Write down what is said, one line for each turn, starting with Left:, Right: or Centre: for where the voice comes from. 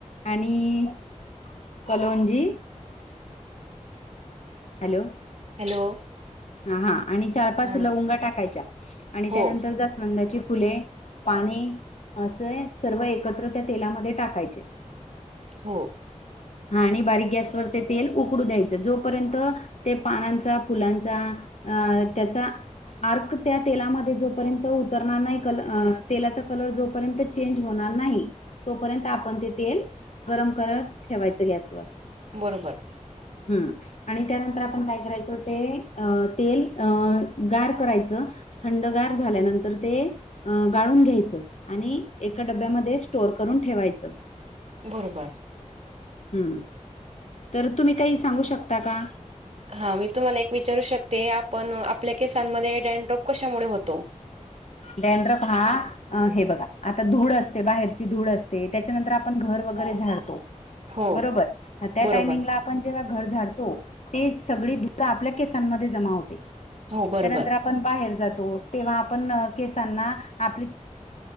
Left: आणि कॉलोनजी हॅलो
Right: हॅलो
Left: हा आणि चार पाच
Right: हा
Left: लवंगा टाकायच्या आणि
Right: हो
Left: त्यानंतर जास्वंदाची फुले पाणी असं सर्व एकत्र त्या तेलामध्ये टाकायचे
Right: हो
Left: हा आणि बारीक गॅसवर ते तेल उकडू द्यायचं जोपर्यंत ते पानांचा फुलांचा अ त्याचा आर्क त्या तेलामध्ये जोपर्यंत उतरणार नाही कल तेलाचा कलर जोपर्यंत चेंज होणार नाही तोपर्यंत आपण ते तेल गरम करत ठेवायचं गॅसवर
Right: बरोबर
Left: हम्म आणि त्यानंतर आपण काय करायचो ते अ तेल अ गार करायचं थंडगार झाल्यानंतर ते गाळून घ्यायचं आणि एका डब्यामध्ये स्टोर करून ठेवायचं
Right: बरोबर
Left: हम् तर तुम्ही काही सांगू शकता का
Right: हा मी तुम्हाला एक विचारू शकते आपण आपल्या केसांमध्ये डेनड्रॉप कशामुळे होतो
Left: डैड्रप हा अ हे बघा आता धूळ असते बाहेरची धूळ असते त्याच्यानंतर आपण घर वगैरे झाडतो
Right: हो
Left: बरोबर त्या
Right: बरोबर
Left: टायमिंगला जेव्हा घर झाडतो ते सग दध आपल्या केसांमध्ये जमा होते
Right: हो बरोबर
Left: त्यानंतर आपण बाहेर जातो तेव्हा आपण आप चे्या आप